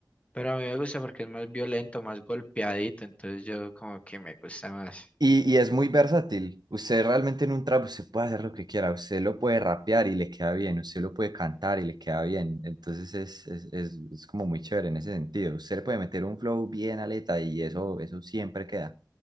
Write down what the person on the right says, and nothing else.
Y, y es muy versátil. Usted realmente en un trap usted puede hacer lo que quiera. Usted lo puede rapear y le queda bien. Usted lo puede cantar y le queda bien. Entonces es, es, es, es como muy chévere en ese sentido. Usted le puede meter un flow bien aleta y eso, eso siempre queda.